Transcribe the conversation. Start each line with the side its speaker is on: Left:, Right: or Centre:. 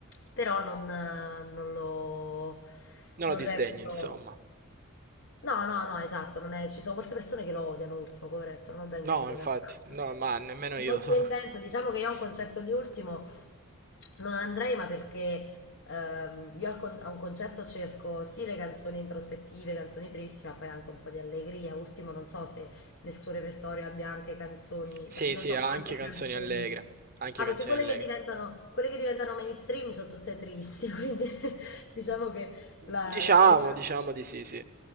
Left: però non, non lo
Right: non
Left: non
Right: lo disdegno,
Left: reputo.
Right: insomma.
Left: No, no, no, esatto, non è- ci sono molte persone che lo odiano Ultimo, poveretto, non ho ben capito
Right: No, infatti,
Left: che ha fatto.
Right: no, ma nemmeno io.
Left: È molto intenso,
Right: <laughs>
Left: diciamo che io a un concerto di Ultimo No, andrei, ma perché ehm, io al con- a un concerto cerco sì le canzoni introspettive, canzoni tristi, ma poi anche un po' di allegria. Ultimo, non so se nel suo repertorio abbia anche canzoni,
Right: Sì,
Left: cioè non
Right: sì,
Left: so
Right: ha
Left: quante
Right: anche canzoni
Left: canzoni.
Right: allegre, anche
Left: Ah,
Right: canzoni
Left: perché quelle
Right: allegre.
Left: che diventano, quelle che diventano mainstream sono tutte tristi, <laughs> quindi diciamo che la,
Right: Diciamo,
Left: la prima
Right: diciamo di sì, sì.